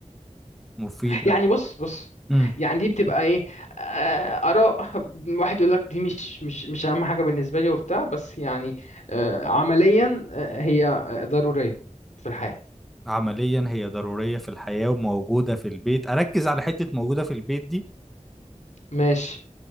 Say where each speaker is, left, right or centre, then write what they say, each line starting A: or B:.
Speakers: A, in the centre; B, on the left.
A: مفيده
B: يعني بص بص
A: امم
B: يعني دي بتبقى ايه آه، اراء واحد يقول لك دي مش مش مش اهم حاجه بالنسبه لي وبتاع بس يعني آه، عمليا آه، هي آه، ضروريه في الحياه
A: عمليا هي ضروريه في الحياه وموجوده في البيت اركز على حته موجوده في البيت دي
B: ماشي